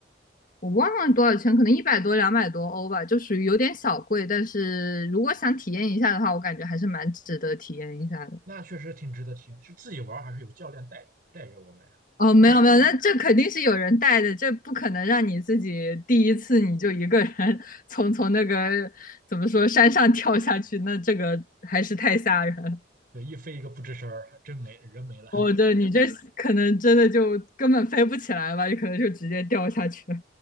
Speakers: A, on the left; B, on the right.
A: 我忘了多少钱，可能一百多两百多欧吧，就属于有点小贵，但是如果想体验一下的话，我感觉还是蛮值得体验一下的。
B: 那确实挺值得听。是自己玩儿还是有教练带带着我们呀？
A: 哦，没有没有，那这肯定是有人带的，这不可能让你自己第一次你就一个人 <laughs> 从从那个怎么说山上跳下去，那这个还是太吓人
B: 对，一飞一个不吱声儿，还真没人没了。
A: 哦，对你这可能真的就根本飞不起来吧，你可能就直接掉下去了。